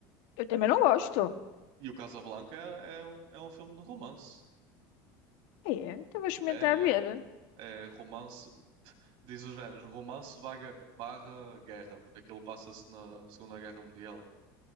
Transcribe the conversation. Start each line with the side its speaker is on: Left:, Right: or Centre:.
Left: eu também não gosto.
Right: E o Casablanca é, é um, é um filme de romance.
Left: É, então vou experimentar
Right: É,
Left: ver.
Right: é. É romance. Diz os géneros, romance vaga- barra guerra. Porque aquilo passa-se na Segunda Guerra Mundial,